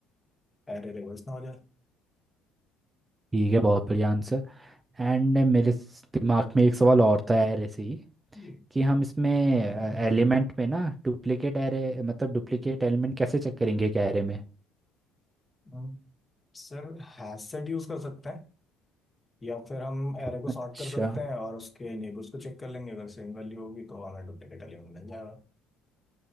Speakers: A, on the left; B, on the right.
A: अरे रे इसमें हो जाए
B: ठीक है बहुत बढ़िया आंसर एंड मेरे स- दिमाग में एक सवाल और था एरे से ही
A: जी
B: कि हम इसमें एलिमेंट में ना डुप्लीकेट एरे मतलब डुप्लीकेट एलिमेंट कैसे चेक करेंगे एक एरे में
A: हम्म, सर हैशसेट यूज कर सकते हैं या फिर हम एरे को
B: अच्छा
A: सॉर्ट कर सकते हैं और उसके नेबर्स को चेक कर लेंगे अगर सेम वैल्यू होगी तो हमें डुप्लीकेट एलिमेंट मिल जाएगा